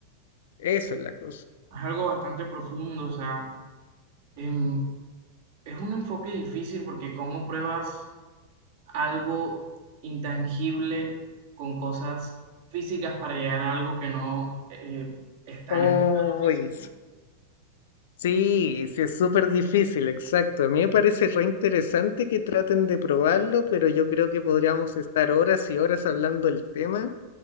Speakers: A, on the left (about 55°); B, on the right (about 50°).
A: Eso es la cosa.
B: es algo bastante profundo, o sea, em, Es un enfoque difícil porque cómo pruebas algo intangible con cosas físicas para llegar a algo que no eh, está
A: Uy,
B: en este plano físico.
A: Sí, sí, es súper difícil, exacto. A mí me parece re interesante que traten de probarlo, pero yo creo que podríamos estar horas y horas hablando del tema